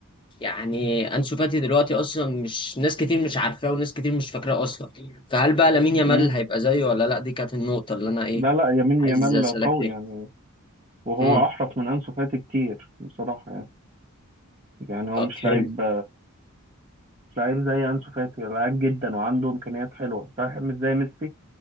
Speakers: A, on the left; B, on the right.
A: يعني انسو فاتي دلوقتي اصلا مش ناس كتير مش عارفاه وناس كتير مش فاكراه اصلا فهل بقى لامين يامال
B: امم
A: هيبقى زيه ولا لا دي كانت النقطه اللي انا ايه
B: لا لا يمين
A: عايز
B: يامال
A: اسالك
B: قوي
A: فيها
B: يعني وهو
A: امم
B: احرف من انسو فاتي كتير بصراحة يعني. يعني هو
A: طب
B: مش
A: حلو
B: لعيب مش لعيب زي أنسو فاتي لعيب جدا وعنده إمكانيات حلوة صحيح مش زي ميسي